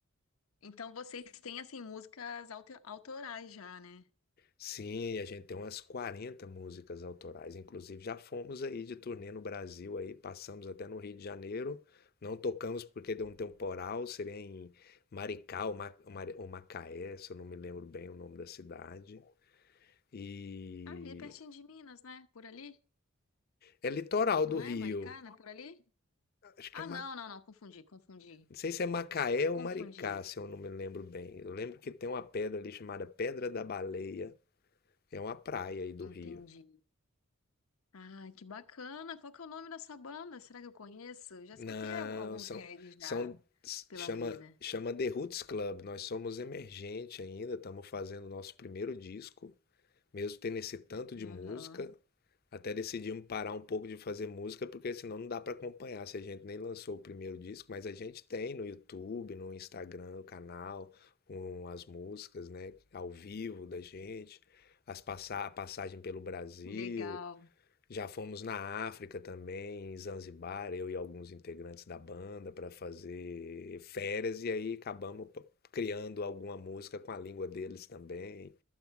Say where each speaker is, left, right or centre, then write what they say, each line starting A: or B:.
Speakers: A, on the left (about 85°); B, on the left (about 45°).
A: Então vocês têm assim músicas auto- autorais já, né?
B: Sim, a gente tem umas 40 músicas autorais, inclusive já fomos aí de turnê no Brasil aí, passamos até no Rio de Janeiro, não tocamos porque deu um temporal, seria em Maricá ou, Ma- Mari- ou Macaé, se eu não me lembro bem o nome da cidade. E
A: Ali pertinho de Minas, né? Por ali,
B: é litoral
A: não
B: do Rio.
A: é? Maricana, por ali?
B: Acho que
A: Ah,
B: é Ma...
A: não, não, não, confundi, confundi.
B: não sei se é Macaé ou
A: Confundi.
B: Maricá, se eu não me lembro bem. Eu lembro que tem uma pedra ali chamada Pedra da Baleia, é uma praia aí do
A: Entendi.
B: Rio.
A: Ah, que bacana. Qual que é o nome dessa banda? Será que eu conheço? Eu Já
B: Não,
A: escutei al- alguns
B: são,
A: reggae já
B: são
A: pela
B: chama
A: vida.
B: chama The Roots Club. Nós somos emergente ainda, estamos fazendo nosso primeiro disco, mesmo tendo esse tanto de
A: Aham.
B: música. Até decidimos parar um pouco de fazer música, porque senão não dá para acompanhar. Se a gente nem lançou o primeiro disco, mas a gente tem no YouTube, no Instagram, o canal com as músicas, né, ao vivo da gente, as passa a passagem pelo Brasil,
A: Legal.
B: já fomos na África também, em Zanzibar, eu e alguns integrantes da banda para fazer férias e aí acabamos p- criando alguma música com a língua deles também.